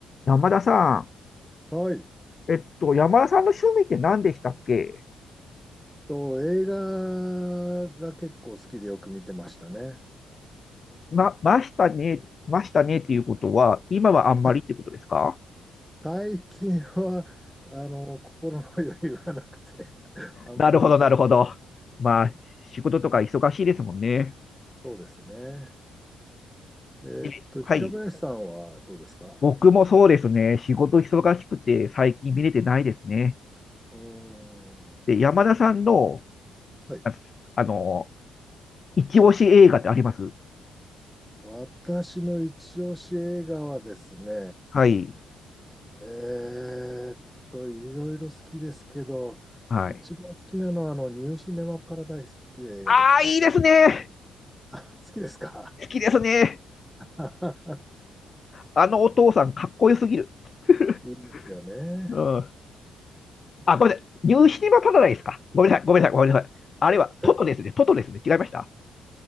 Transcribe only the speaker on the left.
山田さ
ん、えっと、山田さんの趣味って何でしたっけ
ま、ましたね、ましたねっていうことは、今はあんまりってことですか
なるほど、なるほど。まあ、仕事とか忙しいですもんね。
えはい。
僕もそうですね。仕事忙しくて、最近見れてないですね。
で、山田さんの、
あ、あの、一押し映画ってあります
はい。
はい。
ああ、いいですね。
好きですね。
あのお父さん、かっこよすぎる。<laughs>
うん
あ、ごめんなさい。ニューシネマパラダイスか。ごめんなさい、ごめんなさい、ごめんなさい。あれはトトですね。
トトですね。違いました